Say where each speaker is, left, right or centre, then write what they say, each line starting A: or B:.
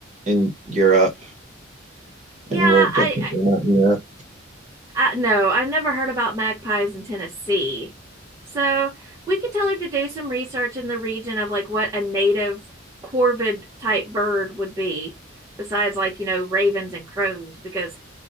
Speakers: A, on the right; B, on the right.
A: in Europe
B: Yeah,
A: and
B: I,
A: we're definitely
B: I
A: not in Europe.
B: I, no, I've never heard about magpies in Tennessee. So we could tell her to do some research in the region of like what a native corvid type bird would be, besides like, you know, ravens and crows, because